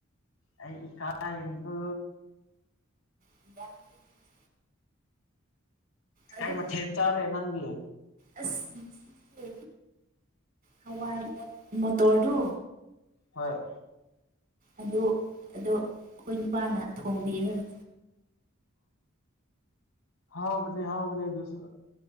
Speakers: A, on the left (about 80°); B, on the right (about 40°).
A: ꯑꯩ ꯏ ꯀ ꯍꯅꯤꯀꯣ
B: <unintelligible> ꯑꯗꯨ
A: ꯀꯥꯏ ꯃꯊꯦꯟ ꯆꯥꯔꯦ ꯅꯪꯒꯤ
B: ꯑꯁ ꯉꯁꯤꯁꯦ ꯍꯋꯥꯏ ꯃꯣꯇꯣꯔꯗꯨ
A: ꯍꯣꯏ
B: ꯑꯗꯣ ꯑꯗꯣ ꯑꯩꯈꯣꯏ ꯅꯨꯄꯥꯅ ꯊꯣꯡꯕꯤ ꯍꯥꯏꯕ
A: ꯑ ꯍꯥꯎꯕꯅꯦ ꯍꯥꯎꯕꯅꯦ ꯑꯗꯨꯁꯨ